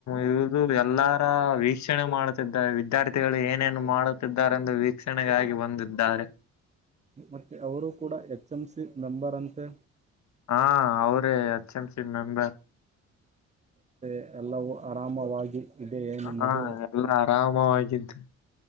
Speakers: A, on the left; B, on the right.
A: ಇದು ಎಲ್ಲಾರ ವೀಕ್ಷಣೆ ಮಾಡುತ್ತಿದ್ದಾರೆ ವಿದ್ಯಾರ್ಥಿಗಳು ಏನೇನು ಮಾಡುತ್ತಿದ್ದಾರೆಂದು. ವಿಕ್ಷಣೆಗಾಗಿ ಬಂದಿದ್ದಾರೆ.
B: ಮತ್ತೆ ಅವರು ಕೂಡ ಎಚ್ ಎಂ ಸಿ ಮೆಂಬರ್ ಅಂತೆ.
A: ಹಾ ಅವ್ರೇ ಎಚ್ ಎಂ ಸಿ ಮೆಂಬರ್.
B: ಮತ್ತೆ ಎಲ್ಲವು ಆರಾಮವಾಗಿ. ಇದೆಯೇ ನಿಮ್ಮದು
A: ಹಾ ಎಲ್ಲಾ ಆರಾಮವಾಗಿದ್ದು.